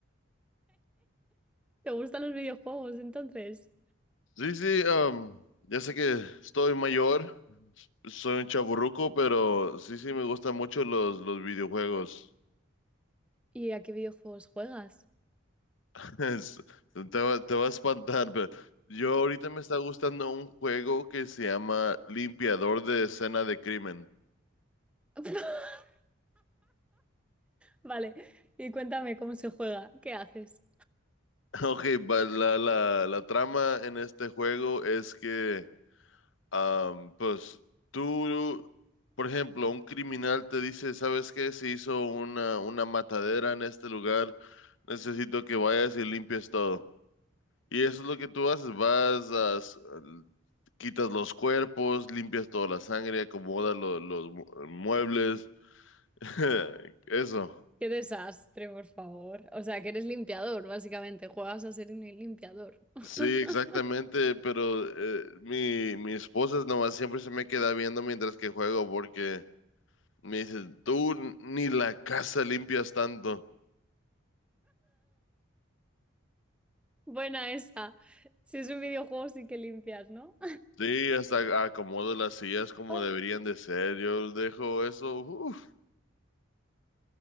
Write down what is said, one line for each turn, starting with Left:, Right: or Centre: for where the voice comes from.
Centre: ¿Te gustan los videojuegos entonces?
Left: Sí, sí, am, ya sé que estoy mayor, soy un chaburruco, pero sí, sí, me gustan mucho los, los videojuegos.
Centre: ¿Y a qué videojuegos juegas?
Left: <laughs> Es- te va, te va a espantar, pero yo ahorita me está gustando un juego que se llama Limpiador de Escena de Crimen.
Centre: <laughs> Vale, y cuéntame cómo se juega, ¿qué haces?
Left: Ok, va- la, la, la trama en este juego es que, am, pues, tú, por ejemplo, un criminal te dice, ¿sabes qué? Se hizo una, una matadera en este lugar, necesito que vayas y limpies todo. Y eso es lo que tú haces, vas, a s- al- quitas los cuerpos, limpias toda la sangre, acomodas lo- los mu- muebles, <laughs> eso.
Centre: Qué desastre, por favor. O sea, que eres limpiador, básicamente, juegas a ser un limpiador. <laughs>
Left: Sí, exactamente, pero eh, mi, mi esposa nomás siempre se me queda viendo mientras que juego porque me dice, tú ni la casa limpias tanto.
Centre: Buena esa. Si es un videojuego, sí que limpias, ¿no?
Left: Sí, hasta acomodo las sillas como
Centre: <laughs>
Left: deberían de ser, yo dejo eso, uf,